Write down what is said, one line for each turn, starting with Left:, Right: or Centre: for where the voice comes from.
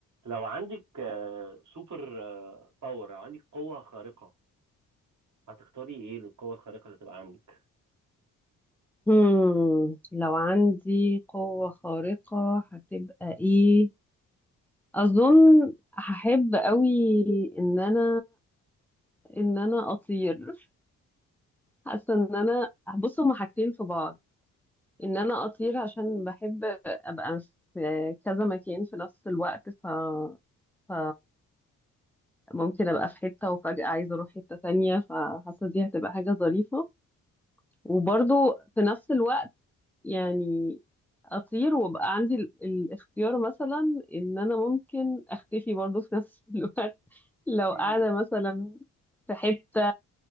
Right: لو عندك آه، سوبر آه، باور او عندك قوة خارقة هتختاري ايه للقوة الخارقة اللي تبقى عندك؟
Centre: هم. لو عندي قوة خارقة هتبقى ايه اظن هحب قوي ان انا ان انا اطير حاسة ان انا بص هما حاجتين في بعض ان انا اطير عشان بحب ابقى في كذا مكان في نفس الوقت ف, ف... ممكن ابقى في حتة وفجأة عايزة اروح حتة تانية فحاسة دي هتبقى حاجة ظريفة وبرضو في نفس الوقت يعني اطير وابقى عندي ال- الاختيار مثلا ان انا ممكن اختفي برضو في نفس <laughs> الوقت لو
Right: مهم.
Centre: قاعده مثلا في حته